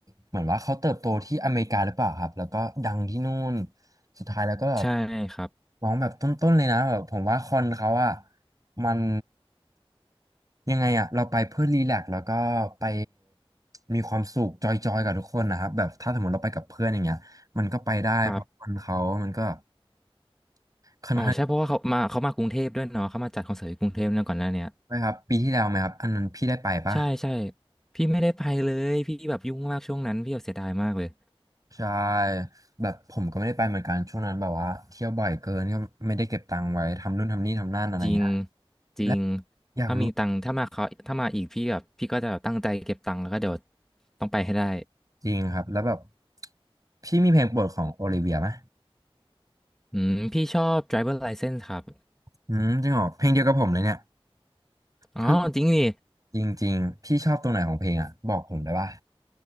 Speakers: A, on the right; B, in the centre.
A: เหมือนว่าเขาเติบโตที่อเมริกาหรือเปล่าครับแล้วก็ดังที่นู่นสุดท้ายแล้วก็แบบ
B: ใช่ครับ
A: ร้องแบบต้นๆเลยนะแบบผมว่าคอนเขาอะมันยังไงอะเราไปเพื่อรีแลกซ์แล้วก็ไปมีความสุขจอยๆกับทุกคนนะครับแบบถ้าสมมติเราไปกับเพื่อนอย่างเงี้ย มันก็ไปได้เพราะคนเขามันก็
B: ครับ
A: ค่อนข้าง
B: อ๋อใช่เพราะว่าเขามาเขามากรุงเทพด้วยเนาะเขามาจัดคอนเสิร์ตที่กรุงเทพเนี่ยก่อนหน้าเนี้ย
A: นะครับปีที่แล้วไหมครับอันนั้นพี่ได้ไปปะ
B: ใช่ใช่พี่ไม่ได้ไปเลยพี่แบบยุ่งมากช่วงนั้นพี่แบบเสียดายมากเลย
A: ใช่แบบผมก็ไม่ได้ไปเหมือนกันช่วงนั้นแบบว่าเที่ยวบ่อยเกินก็ไม่ได้เก็บตังค์ไว้ทำนู่นทำนี่ทำนั่นอะไรเงี้ย
B: จริงจริง
A: และอยากรู้
B: ถ้ามีตังค์ถ้ามาเขาถ้ามาอีกพี่แบบพี่ก็จะแบบตั้งใจเก็บตังค์แล้วก็เดี๋ยวต้องไปให้ได้
A: จริงครับแล้วแบบพี่มีเพลงโปรดของโอลิเวียไหม
B: อืมพี่ชอบ driver license ครับ
A: อืมจริงเหรอเพลงเดียวกับผมเลยเนี่ย
B: อ๋อจริงดิ
A: คือจริงๆพี่ชอบตรงไหนของเพลงอ่ะบอกผมได้ปะ